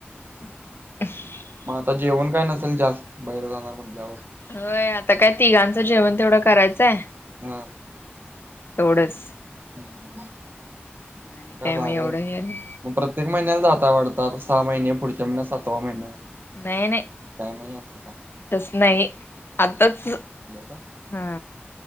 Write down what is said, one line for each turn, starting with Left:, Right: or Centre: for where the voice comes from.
Left: <unintelligible>
Right: म आता जेवण काय नसेल. जास्त बाहेर जाणार म्हणल्यावर?
Left: व्हय, आता काय तिघांचं जेवण तेवडं करायचंय
Right: हा!
Left: तेवढंच.
Right: मग
Left: आणि
Right: काय भारी
Left: मग एवढं
Right: हाय.
Left: हे नाही
Right: म प्रत्येक महिन्याला जाताय वाढत सहा महिने पुढच्या महिन्यात सातवा महिना?
Left: न्हाय नाही.
Right: काय नाही अस का?
Left: तस नाही आताच
Right: का
Left: हा